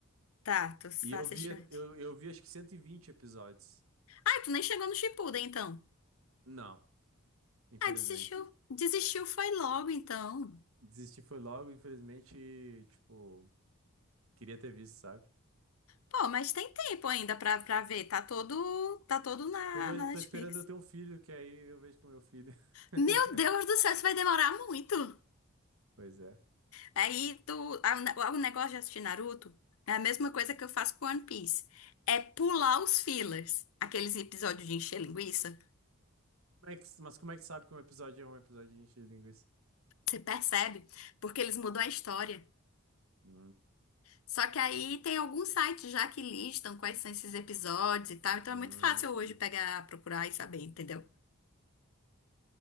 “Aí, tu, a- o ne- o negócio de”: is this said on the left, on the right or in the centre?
Left